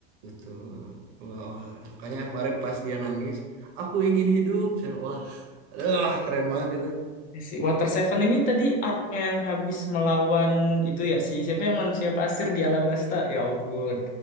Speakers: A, on the right; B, on the left.
A: Betul, olahraga. Makanya kemarin pas dia nangis, aku ingin hidup. Saya, Wah, aduh, keren banget itu.
B: Ya Si Water Seven ini tadi arc-nya yang habis melawan itu ya si siapa yang manusia pasir di Alabasta. Ya ampun.